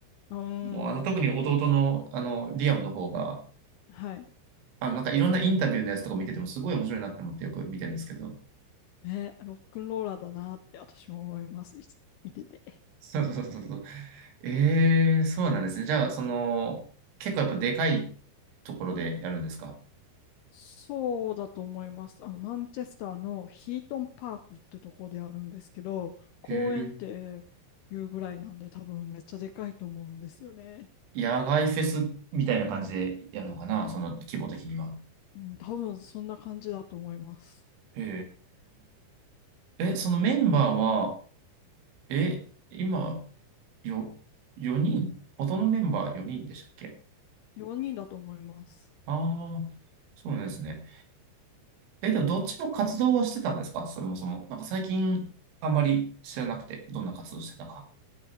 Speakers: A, on the left; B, on the right.
A: うーん。
B: もうあの特に弟のあのリアムの方が、
A: はい。
B: あのなんかいろんなインタビューのやつとか見ててもすごい面白いなって思ってよく見てるんですけど。
A: ね、ロックンローラーだなって私も思います。いつ見てて。
B: そうそうそうそうそう。ええそうなんですね。じゃあ、その、結構やっぱでかいところでやるんですか
A: そうだと思います。あの、マンチェスターのヒートンパークってとこであるんですけど、公園っていうぐらいなんで多分めっちゃでかいと思うんですよね。
B: へえ。野外フェスみたいな感じでやるのかなその規模的には。
A: うん、多分そんな感じだと思います。
B: へえ。え、そのメンバーは、え、今、よ、4人、元のメンバー4人でしたっけ
A: 4人だと思います。
B: ああー、そうなんですね。え、でもどっちも活動はしてたんですかそもそも。なんか最近、あんまり知らなくて、どんな活動してたか。